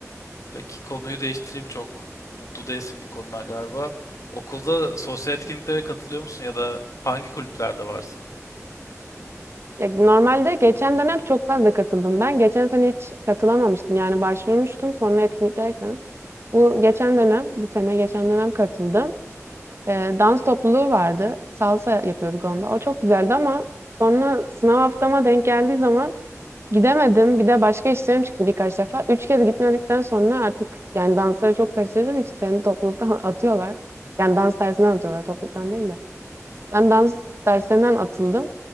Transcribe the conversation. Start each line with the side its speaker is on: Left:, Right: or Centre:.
Left: Peki konuyu değiştireyim çok mutlu değilsin bu konudan galiba. Okulda sosyal etkinliklere katılıyor musun ya da hangi kulüplerde varsın?
Right: Ya, normalde geçen dönem çok fazla katıldım. Ben geçen sene hiç katılamamıştım. Yani başvurmuştum sonra etkinliklere katıldım. Bu geçen dönem, bu sene geçen dönem katıldım. Ee, dans topluluğu vardı. Salsa yapıyorduk
Left: Hı
Right: onda.
Left: hı.
Right: O çok güzeldi ama sonra sınav haftama denk geldiği zaman gidemedim. Bir de başka işlerim çıktı birkaç defa. Üç kez gitmedikten sonra artık yani dansları çok kaçırdığın için seni topluluktan <laughs> atıyorlar. Yani dans dersinden atıyorlar topluluktan değil de. Ben dans dersinden atıldım.